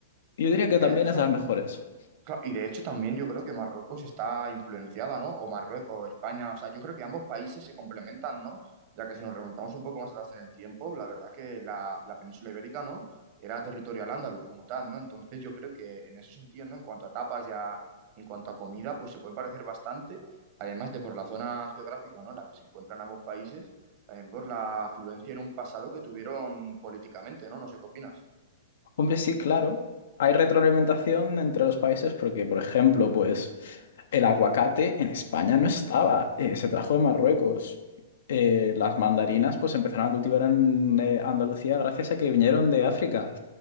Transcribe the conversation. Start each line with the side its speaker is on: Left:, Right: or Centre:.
Left: Y Yo diría
Right: Y
Left: que
Right: de
Left: también
Right: hecho,
Left: es de las mejores.
Right: cla- y de hecho también yo creo que Marruecos está influenciada, ¿no? O Marruecos, o España, o sea, yo creo que ambos países se complementan, ¿no? Ya que si nos remontamos un poco más atrás en el tiempo, la verdad que la, la península ibérica, ¿no? Era territorio al andaluz como tal, ¿no? Entonces yo creo que en ese sentido, ¿no? En cuanto a tapas ya, en cuanto a comida, pues se pueden parecer bastante, además de por la zona geográfica, ¿no? En la que se encuentran ambos países, también por la afluencia en un pasado que tuvieron políticamente, ¿no? No sé qué opinas.
Left: Hombre, sí, claro, hay retroalimentación entre los países porque, por ejemplo, pues el aguacate en España no estaba,
Right: ¿Mm?
Left: eh, se trajo de
Right: Claro,
Left: Marruecos. Eh, las mandarinas pues se empezaron a cultivar en eh, Andalucía gracias a que vinieron de África.